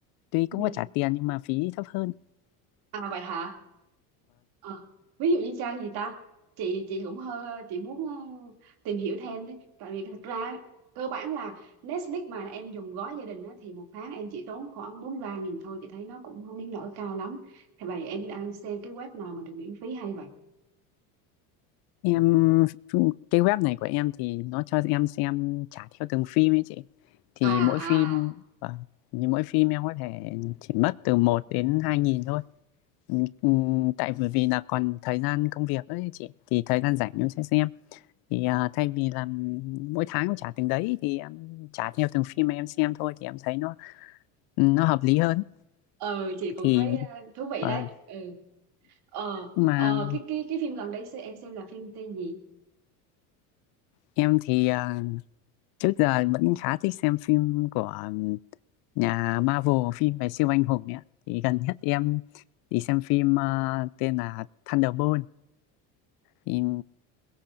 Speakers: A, on the left (about 60°); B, on the right (about 60°).
A: Tuy cũng
B: Ừ.
A: có trả tiền nhưng mà phí thấp hơn.
B: À vậy hả? Ờ, ví dụ như trang gì ta chị chị cũng hơi chị muốn ờ, tìm hiểu thêm đấy tại vì thực ra cơ bản là Netflix mà em dùng gói gia đình á, thì một tháng em chỉ tốn khoảng bốn mươi ba nghìn thôi chị thấy nó cũng không đến nỗi cao lắm thế vậy em đang xem cái web nào mà được miễn phí hay vậy
A: em cái web này của em thì nó cho em xem trả theo từng phim ấy chị thì
B: à
A: mỗi phim
B: à
A: và như mỗi phim em có thể chỉ mất từ một đến hai nghìn thôi Ừm, ừm, tại bởi vì là còn thời gian công việc ấy chị thì thời gian rảnh em sẽ xem thì à, thay vì là mỗi tháng em trả từng đấy thì em trả theo từng phim mà em xem thôi thì em thấy nó nó hợp lý hơn
B: ừ chị cũng
A: thì
B: thấy ờ, thú vị
A: vâng.
B: đấy ừ ờ
A: nhưng mà
B: ờ cái cái cái phim gần đây xem- em xem là phim tên gì
A: em thì à, Trước giờ vẫn khá thích xem phim của ừm, nhà Marvel, phim về siêu anh hùng ấy. ạ. Thì gần nhất em đi xem phim ờ, tên là Thunderbolt. Thì